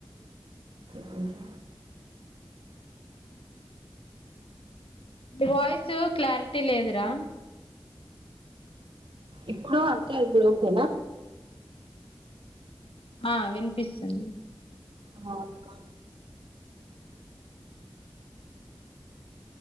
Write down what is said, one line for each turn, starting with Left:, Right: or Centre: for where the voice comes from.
Right: మంచి
Left: నీ వాయిస్ క్లారిటీ లేదురా.
Right: ఇప్పుడు అక్కా ఇప్పుడు ఓకేనా
Left: ఆ వినిపిస్తుంది.
Right: హ అక్కా